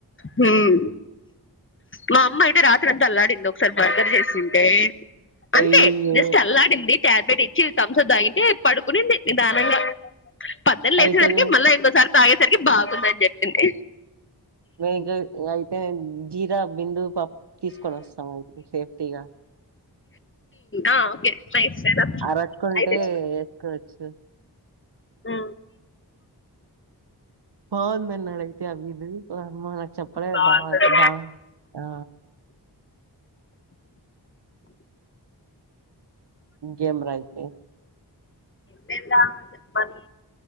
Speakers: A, on the left; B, on the right.
A: హ్మ్. మా అమ్మ అయితే రాత్రి అంతా అల్లాడింది. ఒకసారి బర్గర్ చేసింటే అంతే
B: అయ్యయ్యో
A: జస్ట్ అల్లాడింది టాబ్లెట్ ఇచ్చి మ్స తాగింటే పడుకునింది నిదానంగా. పద్దలు లేసేవరికి
B: అయితే
A: మళ్ళ ఇంకోసారి తాగేసరికి బాగుందని చెప్పింది.
B: నైకు ఇగ అయితే జీర బిందు పప్ తీసుకొని వస్తాం అయితే సేఫ్టీగా
A: ఆ ఓకే నైస్
B: అరకుంటే
A: అయితే
B: ఎసుకొని వచ్చిన.
A: హా
B: బాగుంది అని అడిగితే అవీద్ లామోల్ల చెప్పలే
A: బాగున్నాడు
B: బాగుంది బాగుంది ఆ ఇంకేం రా అయితే
A: తిందాం అని చెప్పని